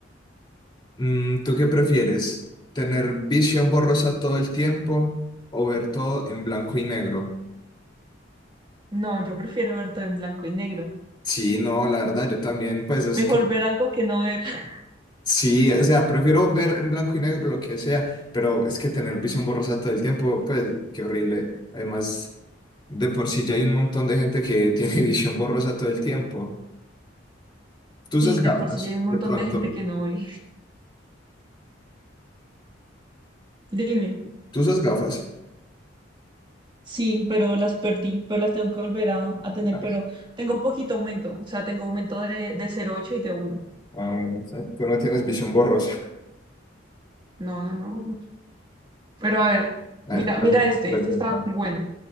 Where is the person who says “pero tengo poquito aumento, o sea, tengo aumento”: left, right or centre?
Right